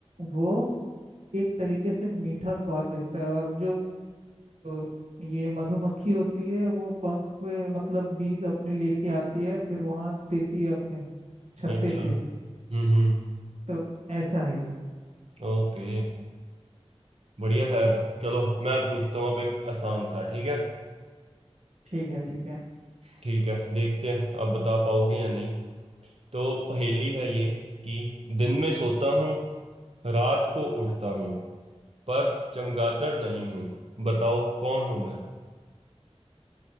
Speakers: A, on the right (about 85°); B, on the right (about 60°).
A: वो एक तरीके से मीठा स्वाद देता है और जो अ, ये मधुमक्खी होती है वो पंख पे मतलब बीज अपने लेके आती है फिर वहां देती है अपने छत्ते
B: अच्छा
A: पे
B: हम्म हम्म
A: तो ऐसा है ये
B: ओके बढ़िया था यार चलो मैं पूछता हूँ अब एक आसान सा ठीक है
A: ठीक है ठीक है
B: ठीक है देखते हैं आप बता पाओगे या नहीं तो पहेली है ये कि दिन में सोता हूँ रात को उठता हूँ पर चमगादड़ नहीं हूं बताओ कौन हूं मैं